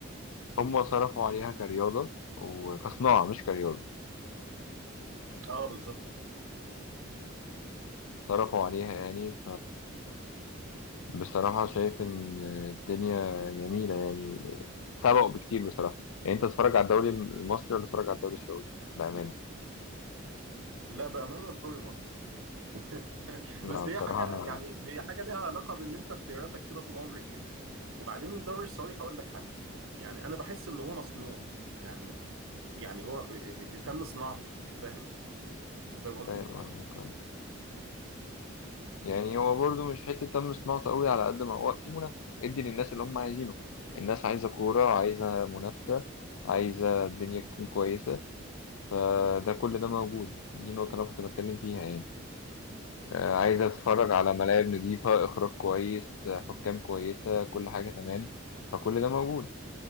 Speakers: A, on the left; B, on the right.
A: هم صرفوا عليها كرياضة وكصناعة مش كرياضة
B: اه بالظبط
A: صرفوا عليها يعني فبصراحة شايف إن الدنيا جميلة يعني سبقوا بكتير بصراحة يعني أنت تتفرج على الدوري المصري ولا تتفرج على الدوري السعودي بأمانة
B: لا بامانه الدوري المصري <laughs>
A: لا
B: بس
A: بصراحة
B: هي حاجه
A: أنا
B: يعني هي حاجه لها علاقه بان انت اختياراتك كده طول عمرك يعني وبعدين الدوري السعودي هقول لك حاجه يعني انا بحس ان هو مصنوع يعني يعني هو تم صناعته فاهم فاهم قصدي
A: فاهم قصدك آه. يعني هو برضه مش حتة تم صناعته قوي على قد ما هو في منافسة ادي للناس اللي هم عايزينه الناس عايزة كورة عايزة منافسة عايزة الدنيا تكون كويسة فده كل ده موجود دي النقطة اللي أنا كنت بتكلم فيها يعني آه، عايز اتفرج على ملاعب نظيفة اخراج كويس آه، حكام كويسة كل حاجة تمام فكل ده موجود